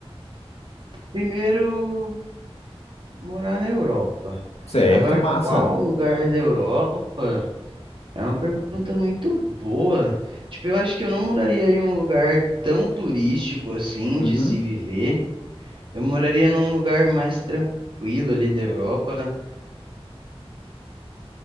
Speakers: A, on the right; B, on the left.
A: primeiro morar na Europa.
B: Certo,
A: Agora,
B: massa.
A: qual lugar da Europa? É uma pergunta muito boa. Tipo, eu acho que eu não moraria em um lugar tão turístico assim
B: Uhum.
A: de se viver. Eu moraria num lugar mais tranquilo ali da Europa.